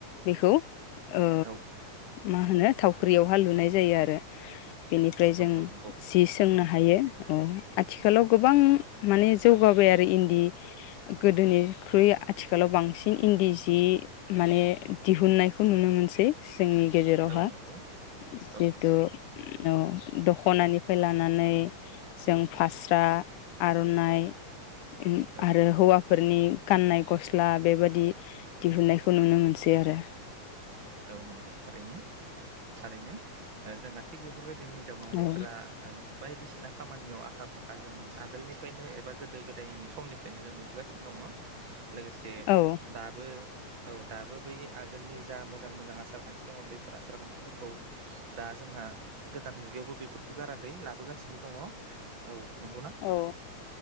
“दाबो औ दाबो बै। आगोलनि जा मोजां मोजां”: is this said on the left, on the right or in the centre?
Right